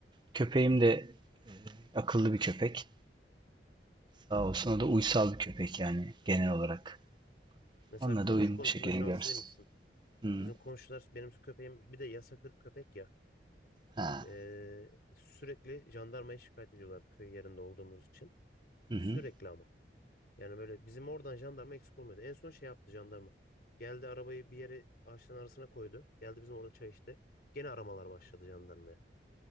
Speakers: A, on the right; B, on the left.
A: köpeğim de akıllı bir köpek. Sağ olsun o da uysal bir köpek yani genel olarak.
B: Mesela
A: Onunla
B: komşu
A: da uyumlu
B: konusunda
A: şekilde
B: şanslıymışsın.
A: gidersin. Hı.
B: Bizim komşular benim köpeğim bir de yasakır köpek ya.
A: Ha.
B: Ee, sürekli jandarmaya şikayet ediyorlardı köy yerinde olduğumuz için.
A: Hı hı.
B: Sürekli ama. Yani böyle bizim oradan jandarma eksik olmuyordu. En son şey yaptı jandarma. Geldi arabayı bir yere ağaçların arasına koydu. Geldi bizim orada çay içti. Gene aramalar başladı jandarmaya.